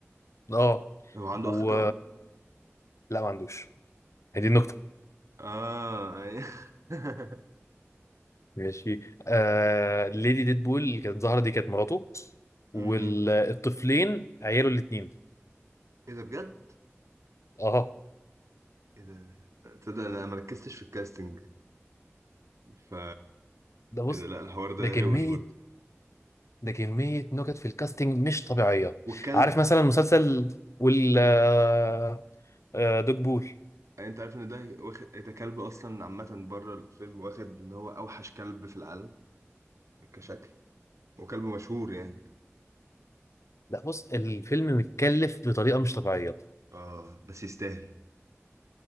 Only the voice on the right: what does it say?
هو عنده
اخ توأم
اه أيوة. <laughs>
امم
ايه ده بجد
ايه ده تصدق انا ما ركزتش في الكاستنج ف
ايه ده لا الحوار ده
روش برضه
والكلب
انت عارف ان ده واخد إيه ده كلب اصلا عامه بره الفيلم واخد ان هو اوحش كلب في العالم كشكل وكلب مشهور يعني
اه بس يستاهل